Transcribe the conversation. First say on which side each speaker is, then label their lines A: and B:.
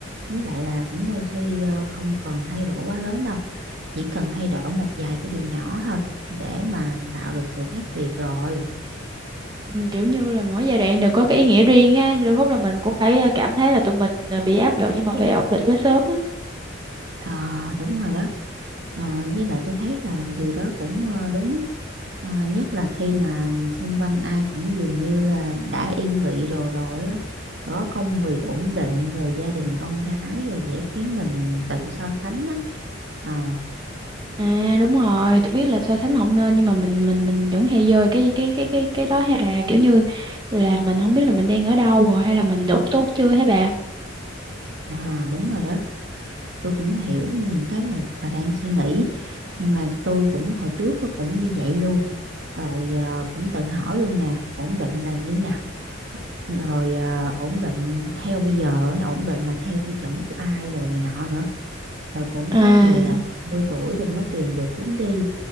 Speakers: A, on the right (about 60°); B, on the right (about 20°).
A: với lại là cũng đôi khi ờ, không cần thay đổi quá lớn đâu chỉ cần thay đổi một vài cái điều nhỏ thôi để mà tạo được sự khác biệt rồi
B: Ừm, kiểu như là mỗi giai đoạn đều có cái ý nghĩa riêng ha, nhưng đôi lúc là mình cũng phải ờ, cảm thấy là tụi mình ờ, bị áp lực nhưng mà phải ổn định quá sớm á.
A: Ờ, đúng rồi đó Ờ, với lại tôi thấy là điều đó cũng ờ, đúng Ờ, nhất là khi mà xung quanh ai cũng dường như là đã yên vị rồi rồi á có công việc ổn định rồi gia đình con cái là dễ khiến mình tự so sánh á Ờ,
B: À đúng rồi, tôi biết là so sánh không nên nhưng mà mình mình mình vẫn hay rơi cái cái cái cái cái đó ha bà, kiểu như là mình không biết là mình đang ở đâu rồi hay là mình đủ tốt chưa hả bà?
A: ờ, đúng rồi đó tôi cũng hiểu nên những cái mà bà đang suy nghĩ nhưng mà tôi cũng hồi trước cũng như vậy luôn rồi ờ, cũng tự hỏi luôn nè ổn định là như nào rồi à, ổn định theo bây giờ ấy, ổn định là theo tiêu chuẩn của ai đồ này nọ nữa rồi cũng
B: À.
A: có người là 10 tuổi rồi mới tìm được hướng đi